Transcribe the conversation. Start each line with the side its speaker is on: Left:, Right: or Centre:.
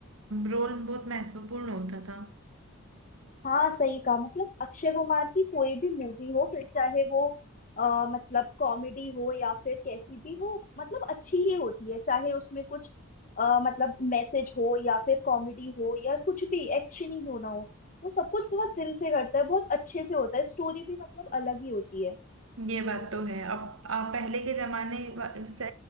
Right: रोल बहुत महत्वपूर्ण होता था
Left: हाँ सही कहा मतलब अक्षय कुमार की कोई भी मूवी हो फिर चाहे वो आ, मतलब कॉमेडी हो या फिर कैसी भी वो मतलब अच्छी ही होती है चाहे उसमें कुछ आ, मतलब मैसेज हो या फिर कॉमेडी हो या कुछ भी एक्शन ही क्यों ना हो वो सब कुछ बहुत दिल से करता है बहुत अच्छे से होता है स्टोरी भी मतलब अलग ही होती है
Right: ये बात तो है अब आ, पहले के जमाने वा- से